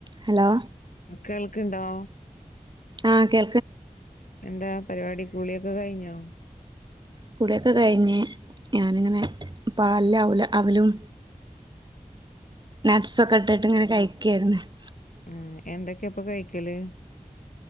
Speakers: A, on the right (about 35°); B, on the left (about 85°).
A: ഹലോ
B: അ കേൾക്ക്ണ്ടോ
A: ആ കേ
B: ന്താ പരിപാടി കുളിയൊക്കെ കയിഞ്ഞോ
A: കുളിയൊക്കെ കയിഞ്ഞ് ഞാനിങ്ങനെ പാല്ലാവൂല്ല അവലും നട്സൊക്കെട്ടിട്ട് ഇങ്ങനെ കയിക്കാര്ന്ന് <inaudible>
B: ഉം എന്തൊക്കെയ ഇപ്പ കയിക്കല്